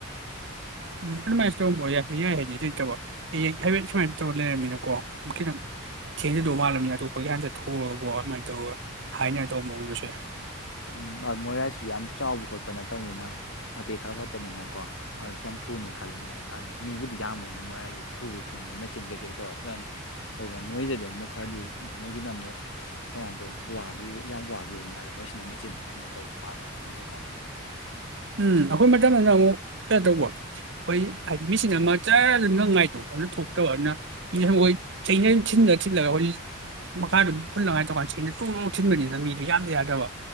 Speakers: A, on the right; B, on the left.
A: ꯎꯝ ꯎ ꯃꯥꯁꯝꯕꯣ ꯌꯥꯦ ꯌꯥꯏ ꯍꯥꯏꯗꯤ ꯑꯗꯨꯩꯇꯕ ꯍꯌꯦꯡ ꯍꯥꯏꯐꯦꯠ ꯁꯨꯃꯥꯏꯅ ꯇꯧꯔ ꯂꯩꯔꯝꯃꯤꯅꯀꯣ ꯈꯤꯇꯪ ꯊꯦꯡꯅꯗꯧ ꯃꯥꯜꯂꯝꯅꯤꯅ ꯑꯇꯣꯞꯄꯒꯤ ꯍꯥꯟꯅ ꯆꯠꯊꯣꯛꯑꯒꯀꯣ ꯑꯗꯨꯃꯥꯏꯅ ꯇꯧꯔꯒ ꯍꯥꯏꯅ ꯇꯧꯕ ꯃꯒ ꯑꯃꯁꯁꯦ
B: ꯎꯝ ꯃꯣꯏꯔꯥꯡꯁꯨ ꯌꯥꯝ ꯆꯥꯎꯕ ꯈꯣꯠꯄ ꯅꯠꯇꯕꯅꯤꯅ ꯃꯇꯦꯛ ꯈꯔ ꯈꯛꯇꯅꯤꯅꯀꯣ ꯑꯗꯨ ꯊ꯭ꯔꯨꯅꯤ ꯈꯜꯅ ꯃꯤꯕꯨꯗꯤ ꯌꯥꯝꯕꯅꯤꯅ ꯃꯉꯥꯏꯔꯤꯁꯤꯗꯤ ꯊꯨꯕꯤ ꯊꯨꯅꯤ ꯃꯆꯤꯟ ꯀꯩꯀꯩ ꯇꯧꯛꯄ꯭ꯔꯅꯤ ꯇꯧꯕ ꯅꯣꯏꯗꯗꯤ ꯑꯃꯨꯛ ꯈꯔꯗꯤ ꯅꯣꯏꯒꯤꯅ ꯑꯃꯨꯛ ꯀꯃꯥꯏꯅ ꯇꯧ ꯋꯥ ꯌꯥꯝ ꯋꯥꯈꯤꯕ ꯃꯥꯜꯂꯦ ꯃꯣꯏꯅ ꯃꯦꯆꯤꯟ ꯑꯗꯨ ꯇ ꯃꯥꯂ ꯆꯒꯅ
A: ꯎꯝ ꯑꯩꯈꯣꯏ ꯃꯇꯝ ꯑꯃꯅ ꯑꯃꯨꯛ ꯀꯩꯅꯣ ꯇꯧꯕ ꯑꯩꯈꯣꯏ ꯍꯥꯏꯗꯤ ꯃꯤꯁꯤꯅ ꯑꯃ ꯆ ꯉꯪꯉꯥꯏꯗꯣ ꯑꯗꯨꯅ ꯊꯣꯛꯇꯕ ꯑꯗꯨꯅ ꯃꯤꯁꯤꯅ ꯃꯣꯏ ꯆꯩꯅ ꯊꯤꯂ ꯊꯤꯜꯂꯒ ꯍꯧꯖꯤꯛ ꯃꯈꯥꯗꯨꯝ ꯐꯨꯜꯂꯉꯥꯏ ꯇꯧꯀꯥꯟꯗ ꯆꯅ ꯆꯣꯡꯧ ꯊꯤꯟꯕꯅꯤꯅ ꯃꯤꯗꯣ ꯌꯥꯝꯗ ꯌꯥꯗꯕ